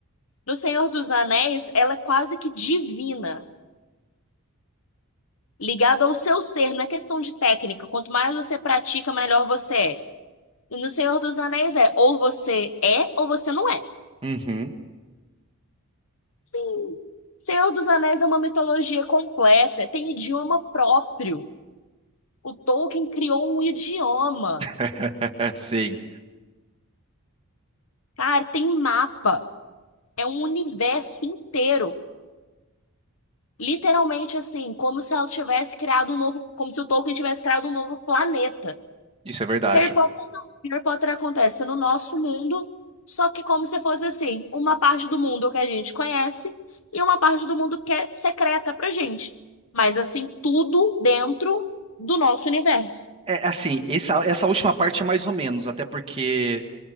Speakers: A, on the left (about 65°); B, on the right (about 25°).
A: No Senhor dos Anéis, ela é quase que divina, ligada ao seu ser, não é questão de técnica. Quanto mais você pratica, melhor você é. E no Senhor dos Anéis é ou você é ou você não é.
B: Uhum,
A: Sim. Senhor dos Anéis é uma mitologia completa, tem idioma próprio. O Tolkien criou um idioma.
B: <laughs> sim,
A: Cara, tem mapa, é um universo inteiro. Literalmente assim, como se ela tivesse criado um novo, como se o Tolkien tivesse criado um novo planeta.
B: isso é verdade.
A: Harry Potter não. Harry Potter acontece no nosso mundo, só que como se fosse assim, uma parte do mundo que a gente conhece e uma parte do mundo que é secreta pra gente. Mas assim, tudo dentro do nosso universo.
B: É, assim, essa, essa última parte é mais ou menos, até porque